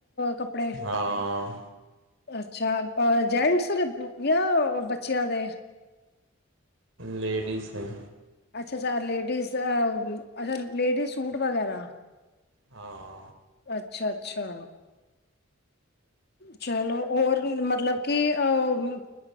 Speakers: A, on the left; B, on the right.
A: ਕੱਪੜੇ?
B: ਹਾਂ,
A: ਅੱਛਾ, ਜੈਂਟਸ ਜਾਂ ਬੱਚਿਆਂ ਦੇ,
B: ਲੇਡੀਜ਼ ਦੇ।
A: ਅੱਛਾ-ਅੱਛਾ ਲੇਡੀਜ਼ ਅੱਛਾ ਲੇਡੀਜ਼ ਸੂਟ ਵਗੈਰਾ।
B: ਹਾਂ,
A: ਅੱਛਾ, ਅੱਛਾ। ਚਲੋ ਹੋਰ ਮਤਲਬ ਕਿ ਉਹ